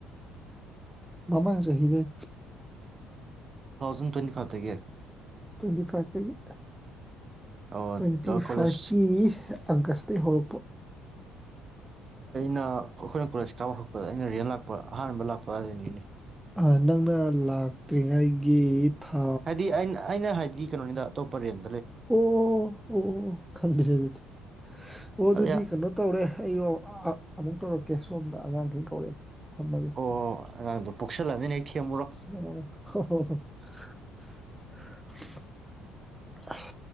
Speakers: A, in the centre; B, on the right (about 30°).
A: ꯃꯃꯥꯡ ꯆꯍꯤꯗꯩ
B: ꯇꯨꯊꯥꯎꯖꯟ ꯇ꯭ꯋꯦꯟꯇꯤ ꯐꯥꯏꯚꯇꯒꯤ
A: ꯇ꯭ꯋꯦꯟꯇꯤꯐꯥꯏꯚꯇꯒꯤ
B: ꯑꯣ
A: ꯇ꯭ꯋꯦꯟꯇꯤꯐꯥꯏꯚꯀꯤ
B: ꯀꯣꯂꯦꯖ
A: ꯑꯒꯁꯇꯒꯤ ꯍꯧꯔꯛꯄ
B: ꯅ-ꯑꯈꯣꯏꯅ ꯀꯣꯂꯦꯖ ꯍꯧꯔꯛꯄꯗ ꯑꯩꯅ ꯔꯦꯟ ꯂꯥꯛꯄ ꯑꯍꯥꯟꯕ ꯂꯥꯛꯄ ꯋꯥꯗꯣꯏꯅꯤꯅꯦ
A: ꯑꯥ ꯅꯪꯅ ꯂꯥꯛꯇ꯭ꯔꯤꯉꯩꯒꯤ ꯊꯥ
B: ꯍꯥꯏꯗꯤ ꯑꯩꯅ-ꯑꯩꯅ ꯍꯥꯏ ꯒꯤ ꯀꯩꯅꯣꯅꯤꯗ ꯑꯇꯣꯞ ꯔꯦꯟ
A: ꯑꯣ-ꯑꯣ ꯑꯣ-ꯑꯣ ꯈꯪꯗ꯭ꯔꯦ ꯑꯗꯨꯗꯤ ꯑꯣ-ꯑꯗꯨꯗꯤ
B: ꯑꯗ
A: ꯀꯩꯅꯣ ꯇꯧꯔꯦ ꯑꯩ ꯑꯃꯨꯛ ꯇꯧꯔꯛꯀꯦ ꯁꯣꯝꯗ ꯑꯉꯥꯡꯈꯩꯅ ꯀꯧꯔꯛꯑꯦ ꯊꯝꯃꯒꯦ
B: ꯑꯣ ꯑꯉꯥꯡꯗꯣ ꯄꯣꯛꯁꯜꯂꯕꯅꯤꯅ ꯍꯦꯛ ꯊꯦꯝꯃꯨꯔꯣ
A: ꯃ-ꯍꯣ-ꯍꯣ-ꯍꯣ <unintelligible> ꯑꯁ